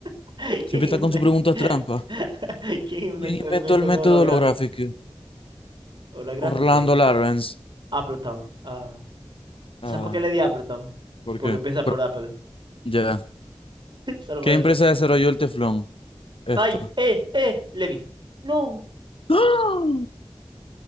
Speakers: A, on the right (about 55°); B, on the left (about 70°).
A: <laughs>
B: Siempre
A: ¿Quién
B: está
A: inventó,
B: con sus preguntas
A: <laughs>
B: trampa.
A: ¿Quién inventó
B: ¿Quién inventó
A: el método
B: el método
A: holográfico?
B: holográfico?
A: holográfico?
B: Orlando Lawrence.
A: Appleton. Ah,
B: Ah,
A: ¿Sabes por qué le di Appleton?
B: ¿por
A: Porque
B: qué?
A: empieza por
B: Por-
A: Apple.
B: ya.
A: <laughs> Solo por
B: ¿Qué
A: eso.
B: empresa desarrolló el teflón? Esta.
A: ¡Ay!
B: <gasps>
A: ¡Eh! ¡Eh! Levi. No.
B: ¡Ah!